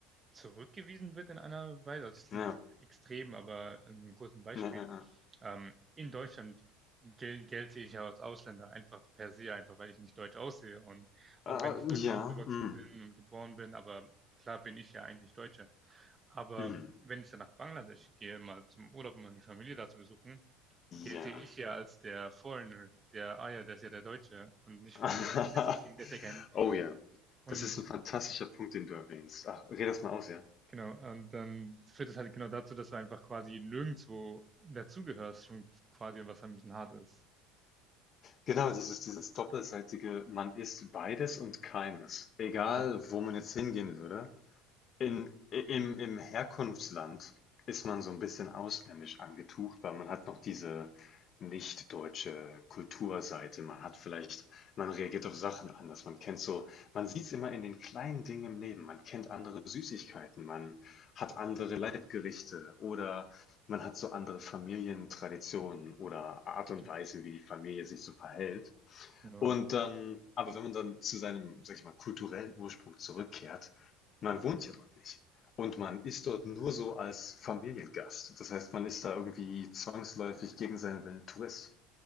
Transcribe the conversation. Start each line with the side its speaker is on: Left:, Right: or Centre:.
Right: Zurückgewiesen wird in einer Weise, also das klingt
Left: Ja.
Right: jetzt extrem, aber ein kurzes Beispiel.
Left: Ja, ja,
Right: Ähm, in Deutschland gel gelte ich ja als Ausländer einfach per se, einfach weil ich nicht deutsch aussehe. Und auch
Left: ja.
Right: wenn
Left: Äh,
Right: ich in Deutschland
Left: ja.
Right: aufgewachsen
Left: Hm.
Right: bin und geboren bin, aber klar bin ich ja eigentlich Deutscher. Aber
Left: Hm.
Right: wenn ich dann nach Bangladesch gehe, mal zum Urlaub, um mal die Familie da zu besuchen, gelte
Left: Ja.
Right: ich ja als der Foreigner, der, ah ja, der ist ja der Deutsche und nicht
Left: <laughs>
Right: von, das Kind, der ist ja kein,
Left: Oh ja.
Right: und
Left: Das ist ein fantastischer Punkt, den du erwähnst. Ach, red das mal aus, ja.
Right: Genau, und dann führt es halt genau dazu, dass du einfach quasi nirgendwo dazugehörst, schon quasi, was ein bisschen hart ist.
Left: Genau, das ist dieses doppelseitige, man ist beides und keines. Egal,
Right: Gen-
Left: wo man jetzt hingehen würde. In, im, im Herkunftsland ist man so ein bisschen ausländisch angetucht, weil man hat noch diese nicht deutsche Kulturseite. Man hat vielleicht man reagiert auf Sachen anders. Man kennt so man sieht's immer in den kleinen Dingen im Leben. Man kennt andere Süßigkeiten, man hat andere Leibgerichte oder man hat so andere Familientraditionen oder Art und
Right: ge-
Left: Weisen, wie die Familie sich so verhält.
Right: Genau,
Left: Und dann aber wenn man dann zu seinem, sage ich mal, kulturellen Ursprung zurückkehrt, man wohnt ja dort nicht. Und man ist dort nur so als Familiengast. Das heißt, man ist da irgendwie zwangsläufig gegen seinen Willen Tourist.